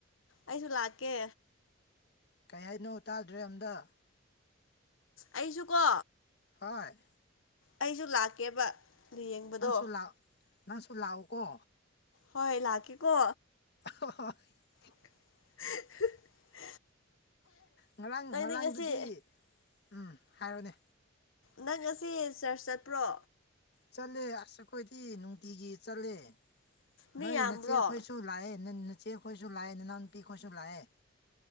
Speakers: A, on the left; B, on the left.
A: ꯑꯩꯁꯨ ꯂꯥꯛꯀꯦ
B: ꯀꯩ ꯍꯥꯏꯅꯣ ꯇꯥꯗ꯭ꯔꯦ ꯑꯝꯇ
A: ꯑꯩꯁꯨ ꯀꯣ
B: ꯍꯣꯏ
A: ꯑꯩꯁꯨ ꯂꯥꯛꯀꯦꯕ ꯌꯦꯡꯕꯗꯣ
B: ꯅꯪꯁꯨ ꯂꯥꯛ ꯅꯪꯁꯨ ꯂꯥꯛꯎꯀꯣ
A: ꯍꯣꯏ ꯂꯥꯛꯀꯦꯀꯣ
B: ꯑꯣꯏ <unintelligible>
A: <unintelligible>
B: ꯉꯔꯥꯡ
A: ꯅꯪꯗꯤ
B: ꯉꯔꯥꯡꯗꯨꯗꯤ
A: ꯉꯁꯤ
B: ꯎꯝ ꯍꯥꯏꯔꯣꯅꯦ
A: ꯅꯪ ꯉꯁꯤ ꯆꯔꯆ ꯆꯠꯄ꯭ꯔꯣ
B: ꯆꯠꯂꯦ ꯑꯁ ꯑꯩꯈꯣꯏꯗꯤ ꯅꯨꯡꯇꯤꯒꯤ ꯆꯠꯂꯦ
A: ꯃꯤ
B: ꯅꯣꯏ
A: ꯌꯥꯝꯕ꯭ꯔꯣ
B: ꯅꯆꯦ ꯑꯩꯈꯣꯏꯁꯨ ꯂꯥꯛꯑꯦ ꯅꯆꯦ ꯑꯩꯈꯣꯏꯁꯨ ꯂꯥꯛꯑꯦ ꯅꯅꯥꯎꯅ ꯅꯨꯄꯤ ꯈꯣꯏꯁꯨ ꯂꯥꯛꯑꯦ